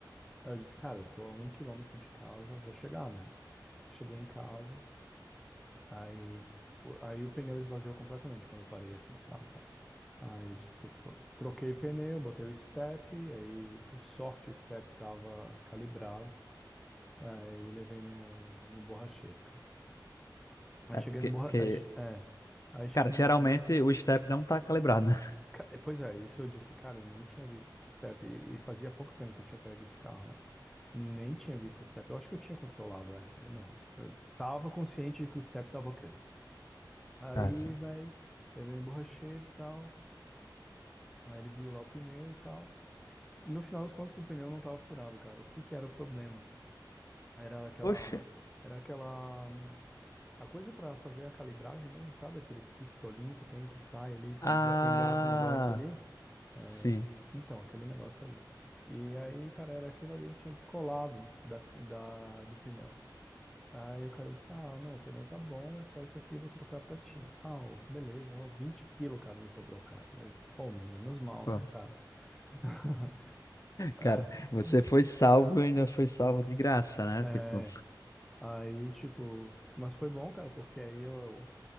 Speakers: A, in the centre; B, on the left.
A: Aí eu disse, cara, eu tô a um quilômetro de casa, vou chegar, né? Cheguei em casa, Aí, o- aí o pneu esvaziou completamente quando eu parei, assim, sabe, cara? Aí, eu, tipo, putz, vou- troquei pneu, botei o step, aí, por sorte, o step tava calibrado, aí levei no, no borracheiro, cara. Aí
B: É
A: cheguei
B: porque,
A: no borra...
B: porque,
A: Aí, che- é, aí cheguei
B: cara,
A: no...
B: geralmente o step não tá calibrado, né?
A: ca- eh, Pois é, isso eu disse, cara, eu nem tinha visto esse step, e, e fazia pouco tempo que eu tinha pego esse carro, né? Nem tinha visto o step, eu acho que eu tinha controlado, é, Eu não, eu tava consciente de que o step tava ok. Aí,
B: Ah, sim.
A: vai, levei no borracheiro e tal... Aí ele viu lá o pneu e tal. No final das contas, o pneu não tava furado, cara. O que que era o problema? Era aquela,
B: Oxe.
A: era aquela, hum, a coisa pra fazer a calibragem mesmo, sabe? Aquele pistolim que tem que sai ali, tu
B: Ah,
A: enga- engata o negócio ali. É,
B: sim.
A: então, aquele negócio ali. E aí, cara, era aquilo ali que tinha descolado da, da- do pneu. Aí o cara disse, ah, não, o pneu tá bom, é só isso aqui, vou trocar pra ti. Ah, ô, beleza, ó, 20 pila o cara me cobrou, cara. Eu disse, pô, menos mal,
B: Pô,
A: né, cara? <laughs> É,
B: cara, você foi salvo e ainda foi salvo de graça, né?
A: é,
B: Tipo,
A: aí, tipo, mas foi bom, cara, porque aí eu